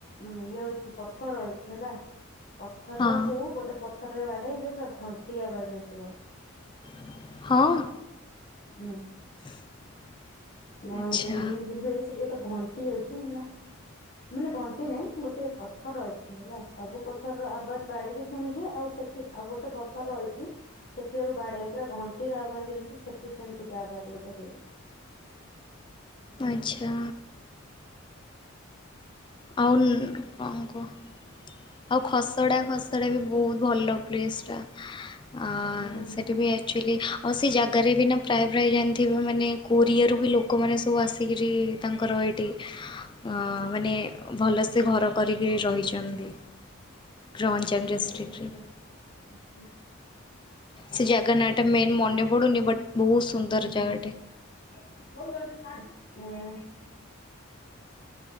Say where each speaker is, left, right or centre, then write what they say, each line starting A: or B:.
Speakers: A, on the left (about 45°); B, on the left (about 20°).
A: ଇଏ ଅଛି ପଥର ଅଛି ହେଲା। ପଥର
B: ହଁ
A: କୁ ଗୋଟେ ପଥରରେ ବାଡେଇବେ ପୁରା ଘଣ୍ଟି ଆବାଜ୍ ଆସିବ।
B: <unintelligible> ହଁ।
A: ହୁଁ।
B: <unintelligible>
A: ମହେନ୍ଦ୍ରଗିରି
B: ଆଚ୍ଛା
A: ଯିବେ ସେଠି ଗୋଟେ ଘଣ୍ଟି ଅଛି ହେଲା। ମାନେ ଘଣ୍ଟି ନାଇଁ ଗୋଟେ ପଥର ଅଛି ହେଲା ସବୁ ପଥରର ଆବାଜ ବାଡେଇକି ଶୁଣିବେ ଆଉ ସେଠି ଆଉ ଗୋଟେ ପଥର ଅଛି ସେଠି ଆଉ ବାଡେଇ ପୁରା ଘଣ୍ଟିର ଆବାଜ ଯେମିତି ସେଠି ସେମିତି ଆବାଜ ଗୋଟେ ହୁଏ।
B: ଆଚ୍ଛା।
A: <unintelligible>
B: ଅଉ କଁ କୁହ? ଆଉ ଖସଡ଼ା ଖସଡ଼ା ବି ବହୁତ ଭଲ ପ୍ଲେସ୍ ଟା ଆଁ
A: ହୁଁ
B: ସେଠି ବି ଏ ଆକ୍ଚୁଆଲି ଆଉ ସେ ଜାଗାରେ ବି ନା ପ୍ରାୟ ପ୍ରାୟ ଜାଣିଥିବ ମାନେ କୋରିଆରୁ ବି ଲୋକମାନେ ସବୁ ଆସି କିରି ତାଙ୍କର ଏଇଟି <unintelligible> ମାନେ ଭଲ ସେ ଘର କରିକି ରହିଛନ୍ତି। ଗ୍ରଞଡିଷ୍ଟ୍ରିକଟରେ।
A: ଆଚ୍ଛା। <unintelligible>
B: ସେ ଜାଗା ନାଁ ଟା ମେନ୍ ମନେ ପଡୁନି ବଟ୍ ବହୁତ ସୁନ୍ଦର
A: ହୁଁ
B: ଜାଗାଟେ।
A: <unintelligible>